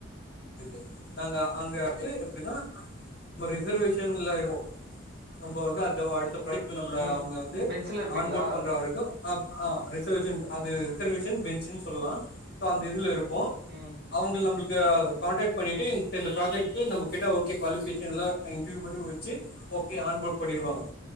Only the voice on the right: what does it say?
ம்
பெஞ்சுல இருப்பீங்களா
ம்
ம்
ம்